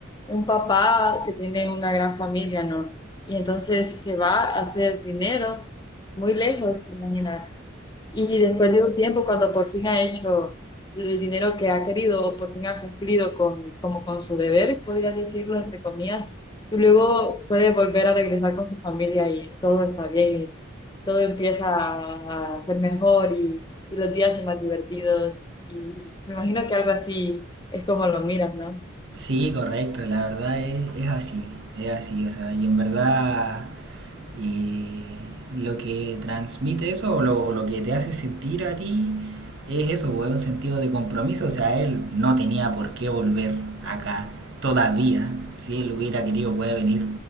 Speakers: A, on the left; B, on the right.
A: un papá que tiene una gran familia, ¿no? Y entonces se va a hacer dinero muy lejos, imagina. Y después de un tiempo, cuando por fin ha hecho el dinero que ha querido o por fin ha cumplido con, como con su deber, podrías decirlo entre comillas, y luego puede volver a regresar con su familia y todo está bien todo empieza a ser mejor y, y los días son más divertidos. Y me imagino que algo así es como lo miras, ¿no?
B: Sí, correcto, la verdad es, es así, es así, o sea, y en verdad eh, lo que transmite eso o lo, o lo que te hace sentir a ti es eso, pues, es un sentido de compromiso, o sea, él no tenía por qué volver acá todavía, si él hubiera querido puede venir,